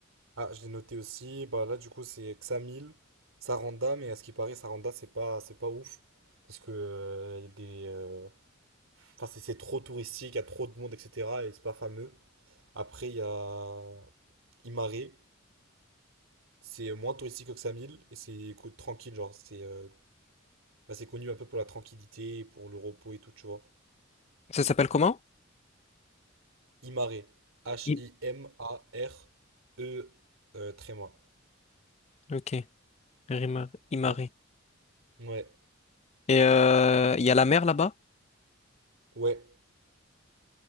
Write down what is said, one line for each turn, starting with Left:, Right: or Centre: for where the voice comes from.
Right: Ah, je l'ai noté aussi. Bah là, du coup, c'est Xamil, Saranda, mais à ce qui paraît, Saranda, c'est pas, c'est pas ouf. Parce que euh, y a des, euh, enfin, c'est c'est trop touristique, il y a trop de monde, etc. Et c'est pas fameux. Après, il y a Imare, c'est moins touristique que Xamil, et c'est écoute, tranquille, genre, c'est euh, bah, c'est connu un peu pour la tranquillité, pour le repos et tout, tu vois.
Left: Ça s'appelle comment?
Right: Himaré. H-I-M-A-R-E,
Left: I-
Right: euh, tréma.
Left: Ok, Rima- Imare.
Right: Ah, Ouais,
Left: Et euh, il y a la mer là-bas?
Right: ouais,